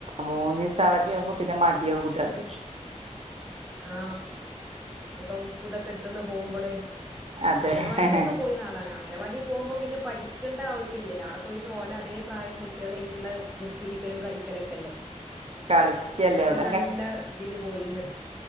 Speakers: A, on the right (about 55°); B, in the centre.
A: മൂന്നിസ അവധിയാവുമ്പ പിന്നെ മടിയാവും കുട്യാൽക്ക്
B: ആ ഇനിപ്പ ബുക്കുതൊക്കെ ഇട്തോന്ന് പോവുമ്പോളേ
A: അതെ
B: അംഗനവാടിയിലക്കെ പോയി നാളാണ് അംഗലവാടി പോവുമ്പോ പിന്നെ പഠിക്കേണ്ട ആവശ്യല്യല്ലോ അവിടെ പോയിര്ന്ന് ഓലെ അതേ പ്രായം കുട്ടികളെറ്റുള്ള ഗുസ്തിടിക്കലും കളി ക്കലക്കെല്ലേ
A: കളിക്കല്ലേ
B: അത്
A: അവിടെ
B: നല്ല ഇതില് പോയിന്ന്